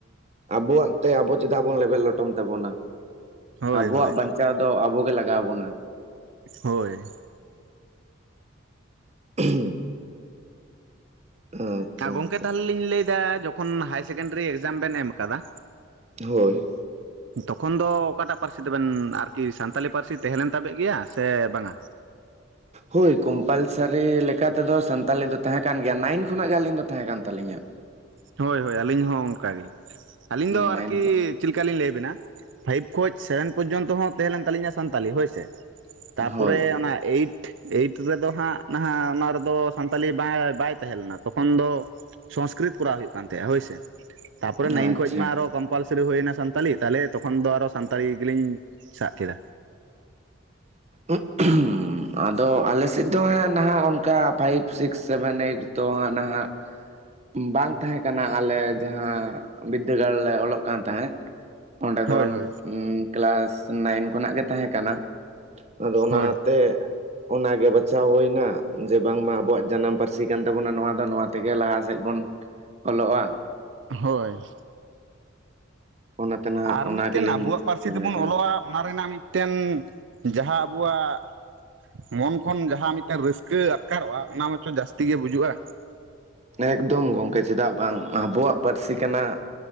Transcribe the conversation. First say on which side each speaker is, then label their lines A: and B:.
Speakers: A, on the right; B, on the right.
A: ᱟᱵᱚᱣᱟᱜ ᱛᱮ ᱟᱵᱚ ᱪᱮᱫᱟᱜ ᱵᱩᱱ ᱞᱮᱵᱮᱫ ᱞᱚᱴᱚᱢ ᱛᱟᱵᱚᱱᱟ᱾
B: ᱦᱳᱭ
A: ᱟᱵᱚᱣᱟᱜ
B: ᱦᱳᱭ
A: ᱵᱟᱧᱪᱟᱣ ᱫᱚ ᱟᱵᱚᱜᱮ ᱞᱟᱜᱟᱣ ᱵᱚᱱᱟ᱾
B: ᱦᱳᱭ᱾
A: <unintelligible> ᱟᱪᱪᱷᱟ
B: ᱜᱚᱢᱠᱮ
A: ᱜᱚᱝᱠᱮ
B: ᱛᱟᱦᱚᱞᱮ ᱞᱤᱧ ᱞᱟᱹᱭᱫᱟ ᱡᱚᱠᱷᱚᱱ ᱦᱟᱭᱟᱨ ᱥᱮᱠᱮᱱᱰᱟᱨᱤ ᱮᱠᱡᱟᱢ ᱵᱮᱱ ᱮᱢ ᱠᱟᱫᱟ,
A: ᱦᱳᱭ,
B: ᱛᱚᱠᱷᱚᱱ ᱫᱚ ᱚᱠᱟᱴᱟᱜ ᱯᱟᱹᱨᱥᱤ ᱛᱮᱵᱮᱱ ᱟᱨᱠᱤ ᱥᱟᱱᱛᱟᱞᱤ ᱯᱟᱹᱨᱥᱤ ᱛᱟᱦᱮᱸ ᱞᱮᱮᱱ ᱛᱟᱵᱮᱜ ᱜᱮᱭᱟ ᱥᱮ ᱵᱟᱝᱟ?
A: ᱦᱳᱭ ᱠᱚᱢᱯᱟᱞᱥᱟᱨᱤ ᱞᱮᱠᱟᱛᱮᱫᱚ ᱥᱟᱱᱛᱟᱞᱤ ᱫᱚ ᱛᱟᱦᱮᱸ ᱠᱟᱱ ᱜᱮᱭᱟ, ᱱᱟᱭᱤᱱ ᱠᱷᱚᱱᱟᱜ ᱜᱮ ᱟᱹᱞᱤᱧ ᱫᱚ ᱛᱟᱦᱮᱸ ᱠᱟᱱ ᱛᱟᱹᱞᱤᱧᱟ᱾ <inaudible>
B: ᱦᱳᱭ ᱦᱳᱭ ᱟᱹᱞᱤᱧ ᱦᱚᱸ ᱚᱱ ᱠᱟᱜᱮ, ᱟᱹᱞᱤᱧ ᱫᱚ
A: ᱱᱟᱭᱤᱱ
B: ᱟᱨᱠᱤ ᱪᱮᱫᱠᱟ ᱞᱞᱤᱧ ᱞᱟᱹᱭᱟᱵᱤᱱᱟ ᱯᱷᱟᱭᱤᱵᱷ ᱠᱷᱚᱱ ᱥᱮᱵᱷᱮᱱ ᱯᱚᱨᱡᱚᱱᱛᱚ ᱦᱚᱸ ᱛᱟᱦᱮᱸ ᱞᱮᱱ ᱛᱟᱹᱞᱤᱧᱟ ᱥᱟᱱᱛᱟᱞᱤ ᱦᱳᱭᱥᱮ ᱛᱟᱯᱚᱨᱮ
A: ᱦᱳᱭ
B: ᱚᱱᱟ ᱮᱭᱤᱴ ᱮᱭᱤᱴ ᱨᱮᱫᱚ ᱦᱟᱸᱜ ᱱᱟᱦᱟᱜ ᱚᱱᱟ ᱨᱮᱫᱚ ᱥᱟᱱᱛᱟᱞᱤ ᱵᱟᱭ ᱛᱟᱦᱮᱸ ᱞᱮᱱᱟ ᱛᱚᱠᱷᱚᱱ ᱫᱚ ᱥᱚᱝᱥᱠᱨᱤᱛ ᱠᱚᱨᱟᱣ ᱦᱩᱭᱩᱜ ᱠᱟᱱ ᱛᱟᱦᱮᱫᱼᱟ ᱦᱳᱭᱥᱮ ᱛᱟᱯᱚᱨᱮ
A: ᱟᱪᱪᱷᱟ
B: ᱱᱟᱭᱤᱱ ᱠᱷᱚᱱ ᱢᱟ ᱟᱨᱚ ᱠᱚᱢᱯᱟᱞᱥᱟᱨᱤ ᱦᱩᱭᱱᱟ ᱥᱟᱱᱛᱟᱞᱤ ᱛᱟᱦᱚᱞᱮ ᱛᱚᱠᱷᱚᱱ ᱫᱚ ᱟᱨᱚ ᱥᱟᱱᱛᱟᱲᱤ ᱜᱮᱞᱤᱧ ᱥᱟᱵ ᱠᱮᱫᱟ᱾
A: ᱩᱸ <unintelligible> ᱟᱫᱚ ᱟᱞᱮ ᱥᱮᱫ ᱫᱚ ᱦᱟᱜ ᱱᱟᱦᱟᱜ ᱚᱱᱠᱟ ᱯᱷᱟᱭᱤᱵ ᱥᱤᱠᱥ ᱥᱮᱵᱷᱮᱱ ᱮᱭᱤᱴ ᱛᱚ ᱦᱟᱸᱜ ᱱᱟᱦᱟᱜ ᱵᱟᱝ ᱛᱟᱦᱮᱸ ᱠᱟᱱᱟ ᱟᱞᱮ ᱡᱟᱦᱟᱸ ᱵᱤᱫᱽᱫᱟᱹᱜᱟᱲ ᱞᱮ ᱚᱞᱚᱜ ᱠᱟᱱ ᱛᱟᱦᱮᱸᱫ᱾ ᱚᱸᱰᱮ ᱫᱚ
B: ᱦᱳᱭ ᱦᱳᱭ
A: ᱠᱮᱞᱟᱥ ᱱᱟᱭᱤᱱ ᱠᱷᱚᱱᱟᱜ ᱜᱮ ᱛᱟᱦᱮᱸ ᱠᱟᱱᱟ ᱟᱫᱚ ᱚᱱᱟᱛᱮ
B: ᱦᱳᱭ
A: ᱚᱱᱟᱜᱮ ᱵᱟᱪᱷᱟᱣ ᱦᱩᱭᱱᱟ ᱡᱮ ᱵᱟᱝᱢᱟ ᱟᱵᱚᱣᱟᱜ ᱡᱟᱱᱟᱢ ᱯᱟᱹᱨᱥᱤ ᱠᱟᱱ ᱛᱟᱵᱚᱱᱟ ᱱᱚᱶᱟ ᱫᱚ ᱱᱚᱶᱟ ᱛᱮᱜᱮ ᱞᱟᱦᱟ ᱥᱮᱫ ᱵᱚᱱ ᱚᱞᱚᱜᱼᱟ
B: ᱦᱳᱭ
A: ᱚᱱᱟᱛᱮ ᱱᱟᱦᱟᱜ
B: ᱟᱨ
A: ᱚᱱᱟ
B: ᱢᱤᱫ
A: ᱜᱮᱞᱤᱧ
B: ᱴᱮᱱ ᱟᱵᱚᱣᱟᱜ ᱯᱟᱹᱨᱥᱤ
A: ᱥᱮᱞᱟᱭ
B: ᱛᱮᱵᱚᱱ
A: ᱠᱟᱜᱼᱟ
B: ᱚᱞᱚᱜᱼᱟ ᱚᱱᱟ ᱨᱮᱱᱟᱜ ᱢᱤᱫ ᱴᱮᱱ ᱡᱟᱦᱟᱸ ᱟᱵᱚᱣᱟᱜ ᱢᱚᱱ ᱠᱷᱚᱱ ᱡᱟᱦᱟᱸ ᱢᱤᱫ ᱴᱮᱱ ᱨᱟᱹᱥᱠᱟᱹ ᱟᱴᱠᱟᱨᱚᱜᱼᱟ ᱚᱱᱟ ᱢᱟᱛᱚ ᱡᱟᱹᱥᱛᱤ ᱜᱮ ᱵᱩᱡᱩᱜᱼᱟ᱾
A: ᱮᱠᱫᱚᱢ ᱜᱚᱝᱠᱮ ᱪᱮᱫᱟᱜ ᱵᱟᱝ ᱟᱵᱚᱣᱟᱜᱢ? ᱯᱟᱹᱨᱥᱤ ᱠᱟᱱᱟ